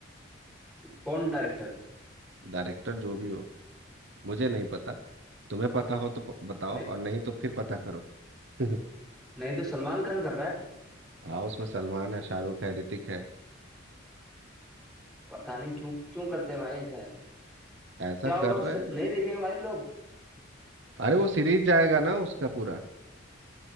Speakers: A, in the centre; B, on the right.
A: कौन डायरेक्टर
B: डायरेक्टर जो भी हो मुझे नहीं पता तुम्हें पता हो तो प- बताओ
A: नहीं
B: और नहीं तो फिर पता करो <laughs>
A: नहीं तो सलमान खान कर रहा है
B: हाँ उसमें सलमान है शाहरुख है ऋतिक है
A: पता नहीं क्यों क्यों करते हैं भाई ऐसा है
B: ऐसा
A: क्या होगा
B: कर रहे
A: उससे
B: हैं
A: नहीं देखेंगे भाई लोग
B: अरे वो सीरीज जाएगा ना उसका पूरा